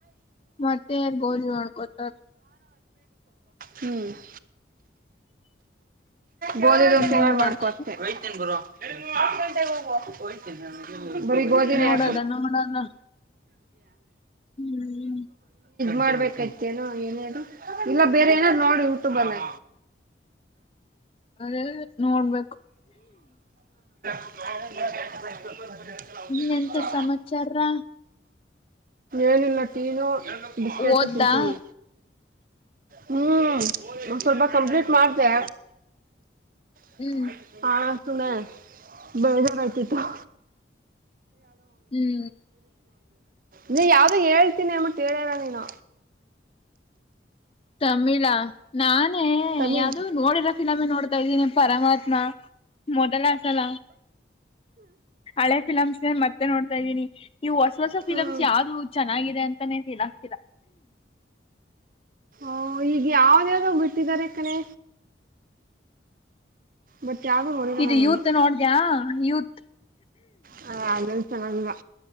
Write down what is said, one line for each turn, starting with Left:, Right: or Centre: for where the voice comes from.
Left: ಮತ್ತೆ ಗೋಲಿ ಹೋಡ್ಕೋತಾರ
Right: ಹ್ಮ್ <inaudible> ಬೋದ ದಸ
Left: ನೋಡದ
Right: ಮಾಡ್ಕೊ <unintelligible> <inaudible> ಬರಿ ಗೋಧಿನೇ
Left: ನೋಡದ
Right: <unintelligible>
Left: ನೋಡದ ಹ್ಮ್
Right: ಮಾಡ್ಬೇಕತೇನೋ ಏನೇ ಇಲ್ಲ ಬೇರೆ ಏನಾದ್ ನೋಡ್ರ ಯುಟುಬ್ ಅಲ್ಲೇ
Left: ಅದೇ ನೋಡ್ಬೇಕು
Right: <inaudible>
Left: ಇನ್ನೆಂತ <unintelligible>
Right: ಏನಿಲ್ಲ ಟೀನು ಬಿಸ್ಕೆಟ್
Left: ಓದ್ದಾ
Right: ತಿಂತಿದೀವಿ ಹ್ಮ್ ಒಂದ ಸ್ವಲ್ಪ ಕಂಪ್ಲೀಟ್ ಮಾಡದೆ <unintelligible>
Left: ಹ್ಮ್
Right: ಬೇಜಾರಾತಿತ್ತು <unintelligible>
Left: ಹ್ಮ್
Right: ನೀ ಯಾವ್ದ ಹೇಳ್ತೀನಿ ಅಂಬಟ್ ಹೇಳ್ಯೇಇಲಾ ನೀನು
Left: ತಮಿಳಾ ನಾನೇ
Right: ತಮಿಳ್
Left: ಯಾವ್ದು ನೋಡಿರೋ ಫಿಲ್ಮೆ ನೋಡ್ತಾ ಇದ್ದೀನಿ ಪರಮಾತ್ಮ. ಮೊದಲಸಲ ಹಳೆ ಫಿಲಮ್ಸ್ ಮತ್ತೆ ನೋಡ್ತಾ ಇದ್ದೀನಿ ಇವು ಹೊಸ ಹೊಸ ಫಿಲಮ್ಸ್
Right: ಹ್ಮ್
Left: ಯಾವ್ದು ಚೆನ್ನಾಗಿದೆ ಅಂತಾನೇ ಫೀಲ್ ಆಗ್ತಿಲ್ಲಾ
Right: ಓಹ ಈಗ ಯಾವ್ದ ಯಾವ್ದ್ ಬಿಟ್ಟಿದ್ದಾರೆ ಕಣೆ ಬಟ್ ಯಾವ್ದು ನೋಡಿಲ್ಲ
Left: ಇದು
Right: ನಾನು
Left: ಯೂತ್ ನೋಡ್ದ್ಯಾ ಯೂತ್.
Right: ಹ ಅದೆಲ್ಲ ಚೆನ್ನಾಗಿಲಾ